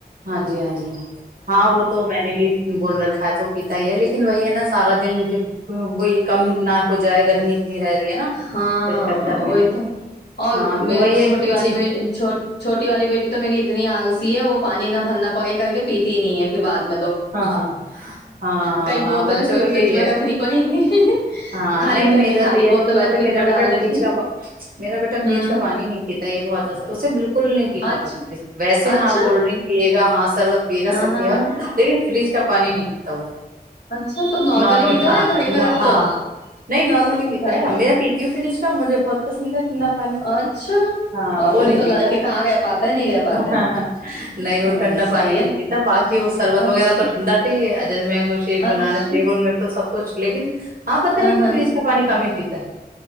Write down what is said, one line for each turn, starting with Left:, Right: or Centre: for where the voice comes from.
Right: ہاں جی ہاں جی ہاں وہ تو میں نے بھی بول رکھ کھائے تو پیتا ہی ہے لیکن وہی ہے نا سارا دن پھر وہ کم نہ ہو جائے گرمی اتنی رہ رہی ہے نا
Left: ہاں
Right: اس چکر
Left: وہی
Right: میں
Left: تو اور
Right: ہاں تو
Left: میرے
Right: وہی
Left: چھوٹی
Right: ہے کہ
Left: والی
Right: کسی
Left: چھوٹی والی بیٹی تو میری اتنی آلسی ہے وہ پانی نہ بھرنا پڑے کر کے پیتی نہیں ہے پھر بعد میں تو
Right: ہاں ہاں ہاں
Left: کئی بوتلیں
Right: بچوں کا
Left: فریج
Right: یہی
Left: میں
Right: ہے
Left: رکھنی پڑیں گی
Right: ہاں
Left: خالی
Right: نہیں
Left: کر
Right: میرا
Left: کے خالی
Right: تو یہ
Left: بوتلیں
Right: اچھی بات ہے
Left: فریج
Right: میرا
Left: میں ڈال
Right: بیٹا
Left: دیتی
Right: فریج کا میرا بیٹا فریج
Left: ہوں
Right: کا پانی نہیں پیتا یہ بہت اسے بالکل نہیں پیتا
Left: اچھا
Right: ویسے ہاں
Left: اچھا
Right: کولڈ ڈرنک پیے گا ہاں سربت پیے گا
Left: ہاں
Right: سب
Left: ہاں
Right: پیگا
Left: ہاں
Right: لیکن فریج کا پانی نہیں پیتا وہ
Left: اچھا تو نارملی
Right: نارمل
Left: پیتے ہو
Right: ہاں
Left: یا گھڑے میں رکھتے
Right: ہاں
Left: ہو
Right: نہیں نارملی پیتا
Left: گھڑے
Right: ہے میں پیتی ہوں فریج کا مجھے بہت پسند ہے ٹھنڈا پانی
Left: اچھا
Right: ہاں
Left: بابو
Right: وہ نہیں
Left: تو
Right: پیتا
Left: لڑکے کہاں رہ پاتے ہیں نہیں رہ پاتے
Right: ہ
Left: ہیں
Right: نہیں وہ
Left: ہاں
Right: ٹھنڈا پانی
Left: صحیح
Right: نہیں
Left: ہے
Right: پیتا باقی وہ سربت
Left: اچھا
Right: <unintelligible> ہاں جیسے مینگو شیک یا کیلے
Left: اچھا
Right: کا شیک ان میں سب کچھ لیکن ہا پی ٹی اے
Left: ہاں
Right: نہیں کوئی
Left: ہاں
Right: فریز
Left: ہاں
Right: کا پانی کام ہی پیتا ہے۔